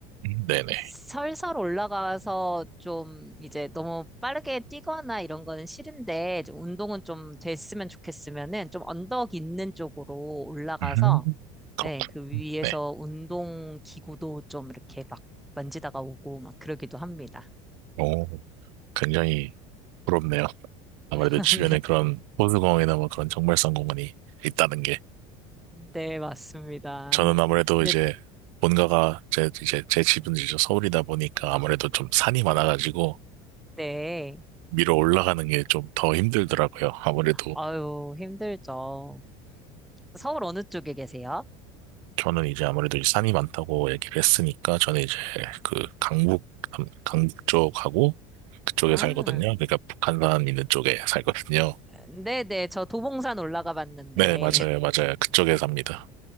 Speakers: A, on the right; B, in the centre.
A: 음, 네네.
B: 설설 올라가서 좀 이제 너무 빠르게 뛰거나 이런 거는 싫은데, 좀 운동은 좀 됐으면 좋겠으면은 좀 언덕 있는 쪽으로 올라가서,
A: 음, 그렇군.
B: 예, 그 위에서
A: 네.
B: 운동 기구도 좀 이렇게 막 만지다가 오고 막 그러기도 합니다.
A: 오, 굉장히 부럽네요. 아무래도
B: <laughs>
A: 주변에
B: 네.
A: 그런 호수공원이나 뭐 그런 정발성 공원이 있다는 게.
B: 네, 맞습니다.
A: 저는 아무래도
B: 네,
A: 이제 본가가 제, 이제 제 집은 이제 서울이다 보니까 아무래도 좀 산이 많아가지고
B: 네.
A: 위로 올라가는 게 좀 더 힘들더라고요. 아무래도
B: 아유, 힘들죠. 서울 어느 쪽에 계세요?
A: 저는 이제 아무래도 이제 산이 많다고 얘기를 했으니까 저는 이제 그 강북, 강- 강북 쪽하고 그쪽에
B: 아,
A: 살거든요. 그러니까 북한산 있는 쪽에 살거든요.
B: 네네. 저 도봉산 올라가 봤는데,
A: 네, 맞아요, 맞아요. 그쪽에 삽니다.